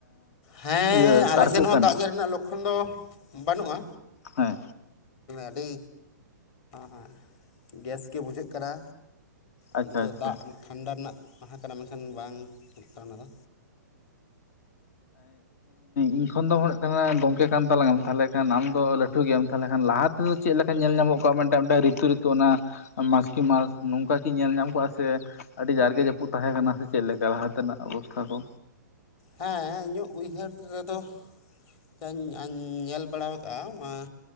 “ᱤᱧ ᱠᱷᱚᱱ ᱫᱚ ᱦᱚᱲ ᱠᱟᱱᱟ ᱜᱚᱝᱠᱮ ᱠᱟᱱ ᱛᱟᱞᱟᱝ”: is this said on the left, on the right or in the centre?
Left